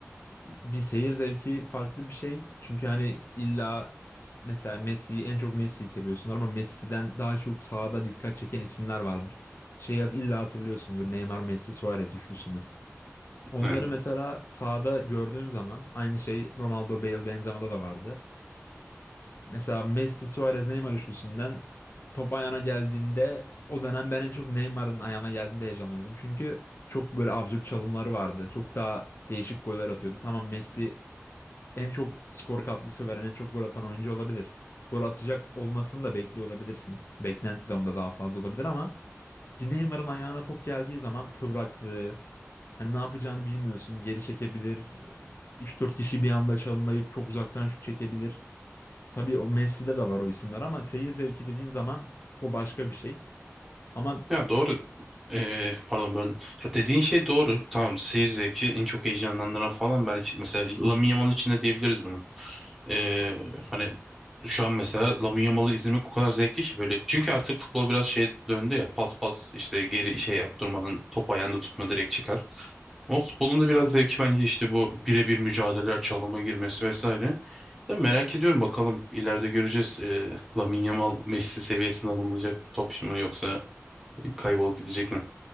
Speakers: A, on the left; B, in the centre.
A: Bir seyir zevki farklı bir şey. Çünkü hani illa mesela Messi'yi en çok Messi'yi seviyorsunlar ama Messi'den daha çok sahada dikkat çeken isimler vardır. Şeyi hat- illa hatırlıyorsundur Neymar, Messi, Suarez üçlüsünü. Onları
B: Yani,
A: mesela sahada gördüğün zaman aynı şey Ronaldo, Bale, Benzema'da da vardı. Mesela Messi, Suarez, Neymar üçlüsünden top ayağına geldiğinde o dönem ben en çok Neymar'ın ayağına geldiğinde heyecanlanıyordum. Çünkü çok böyle absürt çalımları vardı. Çok daha değişik goller atıyordu. Tamam Messi en çok skor katkısı veren, en çok gol atan oyuncu olabilir. Gol atacak olmasını da bekliyor olabilirsin. Beklenti de onda daha fazla olabilir ama bir Neymar'ın ayağına top geldiği zaman kıvraklığı, Hani ne yapacağını bilmiyorsun. Geri çekebilir. 3-4 kişi bir anda çalımlayıp çok uzaktan şut çekebilir. Tabii o Messi'de de var o isimler ama seyir zevki dediğin zaman o başka bir şey. Ama
B: ya doğru. E, pardon böyle. Ya dediğin şey doğru. Tamam seyir zevki en çok heyecanlandıran falan belki mesela Lamine Yamal için de diyebiliriz bunu. E, hani şu an mesela Lamine Yamal'ı izlemek o kadar zevkli ki böyle. Çünkü artık futbol biraz şey döndü ya pas pas işte geri şey yap durmadan top ayağında tutma direkt çıkar. Ama futbolun da biraz zevki bence işte bu birebir mücadeleler, çalıma girmesi vesaire. Ben merak ediyorum bakalım ileride göreceğiz e, Lamine Yamal Messi seviyesinde anılacak bir topçu mu yoksa kaybolup gidecek mi?